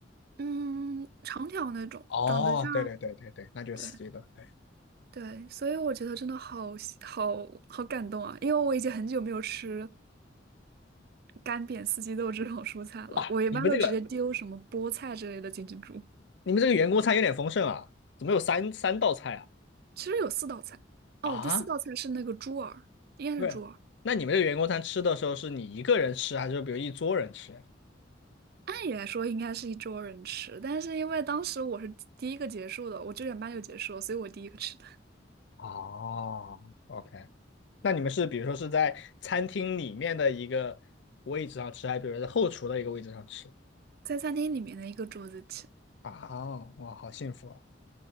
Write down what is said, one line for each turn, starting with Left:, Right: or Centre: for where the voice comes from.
Right: 嗯，长条那种，
Left: 哦，
Right: 长得像，
Left: 对对对对对，那就是四季豆。
Right: 对。
Left: 对，
Right: 对，所以我觉得真的好喜好好感动啊！因为我已经很久没有吃干煸四季豆这种蔬菜了，
Left: 哇，
Right: 我一般都直接丢什么菠菜之类的进去煮。
Left: 你们这个你们这个员工餐有点丰盛啊，怎么有三三道菜啊？
Right: 其实有四道菜，
Left: 啊，
Right: 哦，第四道菜是那个猪耳，应该是猪耳。
Left: 对，那你们这个员工餐吃的时候是你一个人吃，还是比如一桌人吃？
Right: 按理来说应该是一桌人吃，但是因为当时我是第一个结束的，我九点半就结束了，所以我第一个吃的，
Left: 哦，OK，那你们是比如说是在餐厅里面的一个位置上吃，还是比如说在后厨的一个位置上吃？
Right: 在餐厅里面的一个桌子吃。
Left: 啊，哇，好幸福啊！